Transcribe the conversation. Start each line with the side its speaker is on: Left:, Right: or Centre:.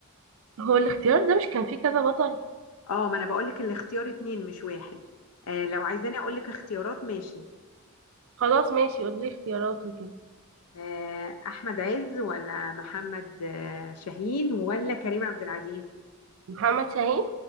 Right: هو الاختيار ده مش كان فيه كذا بطل
Left: اه ما انا بقولك الاختيار اتنين مش واحد آه، لو عايزاني اقولك اختيارات ماشي
Right: خلاص ماشي قولي لي اختيارات وكده
Left: آه، احمد عز ولا محمد آه، شاهين ولا كريم عبد العزيز؟
Right: محمد شاهين